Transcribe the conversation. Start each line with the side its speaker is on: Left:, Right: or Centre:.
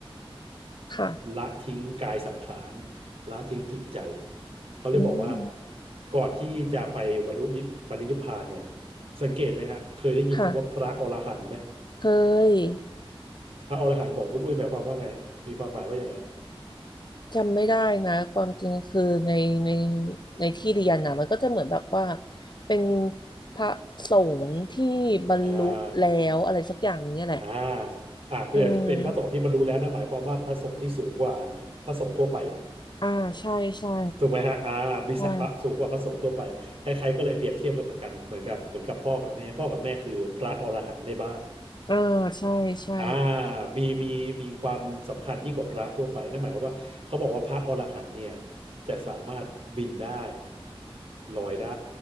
Left: ค่ะ
Right: ละทิ้งกายสังขารละทิ้งจิตใจเขาเลยบอกว่า
Left: อืม
Right: ก่อนที่จะไปบรรลุนิพปรินิพพานเนี่ยสังเกตไหมฮะเคยได้ยินคำว่าพระอรหันต์ไหม
Left: ค่ะเคย
Right: พระอรหันต์ของคุณอุ้ยหมายความว่าไงมีความหมายว่ายังไง
Left: จำไม่ได้นะความจริงคือในในในที่เรียนนะมันก็จะเหมือนแบบว่าเป็นพระสงฆ์ที่บรรลุแล้วอะไรสักอย่างหนึงเนี่ยแหละ
Right: อ่าอ่าอ่าเป็นเป็นพระสงฆ์ที่บรรลุแล้วนะหมายความว่าพระสงฆ์ที่สูงกว่า
Left: อืม
Right: พระสงฆ์ทั่วไป
Left: อ่าใช่ใช่
Right: ถูกไหมฮะอ่าวีศักดิ์พระสูงกว่าพระสงฆ์ทั่วไปใครๆก็เลยเปรียบเทียบกันเหมือนกันเหมือนกับเหมือนกับพ่อกับแม่พ่อกับแม่คือพระอรหันต์ในบ้าน
Left: ใช่ อ่าใช่ใช่
Right: อ่ามีมีมีความสำคัญยิ่งกว่าพระทั่วไปนั่นหมายความว่าเขาบอกว่าพระอรหันต์เนี่ยจะสามารถบินได้ลอยได้